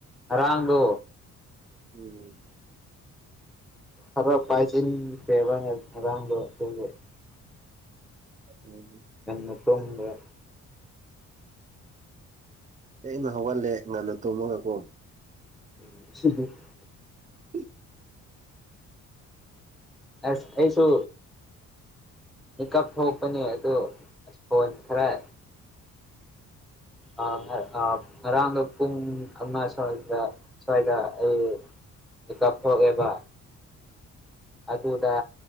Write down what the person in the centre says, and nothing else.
ꯉꯔꯥꯡꯗꯣ
ꯈꯔ ꯄꯥꯏꯖꯤꯟꯈ꯭ꯔꯦꯕ ꯉꯔꯥꯡꯗꯣ ꯑꯗꯨꯒꯤ
ꯉꯟꯅ ꯇꯨꯝꯗ꯭ꯔꯥ
<unintelligible>
ꯑꯁ ꯑꯩꯁꯨ ꯃꯤꯀꯞ ꯊꯣꯛꯄꯅꯦ ꯑꯗꯣ ꯑꯁ ꯐꯣꯟ ꯈꯔ ꯑ ꯑ ꯉꯔꯥꯡꯗꯣ ꯄꯨꯡ ꯑꯃ ꯁ꯭ꯋꯥꯏꯗ ꯁ꯭ꯋꯥꯏꯗ ꯑꯩ ꯃꯤꯀꯞ ꯊꯣꯛꯑꯦꯕ ꯑꯗꯨꯗ